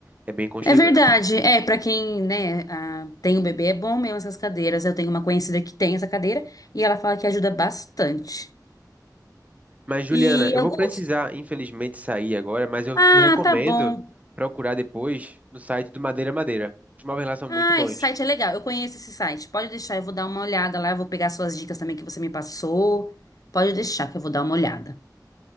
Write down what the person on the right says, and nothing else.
é bem aconchegante.
Mas, Juliana,
eu
vou precisar, infelizmente, sair agora, mas eu
te recomendo
procurar depois no site do Madeira Madeira. Os móveis lá são
muito bons.